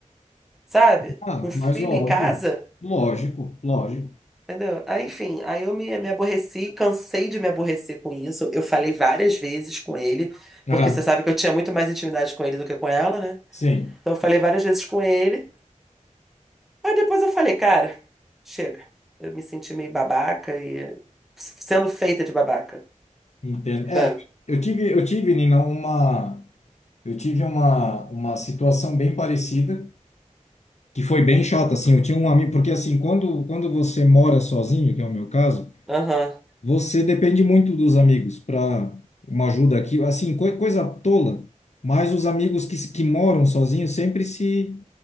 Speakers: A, in the centre; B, on the left.
A: sabe?
B: ah,
A: Com filho
B: mas óbvio.
A: em casa
B: Lógico, lógico.
A: Entendeu? Aí, enfim, aí eu me, me aborreci, cansei de me aborrecer com isso. Eu falei várias vezes com ele,
B: Ah,
A: porque você sabe que eu tinha muito mais intimidade com ele do que com ela, né?
B: sim,
A: Então eu falei várias vezes com ele. Aí depois eu falei, cara, chega. Eu me senti meio babaca e sendo feita de babaca,
B: entendo. É,
A: sabe?
B: eu tive, eu tive, Nina, uma. Eu tive uma, uma situação bem parecida, que foi bem chata, assim. Eu tinha um amigo, porque assim, quando, quando você mora sozinho, que é o meu caso,
A: Aham.
B: você depende muito dos amigos para uma ajuda aqui, assim, coi- coisa tola, mas os amigos que, se- que moram sozinhos sempre se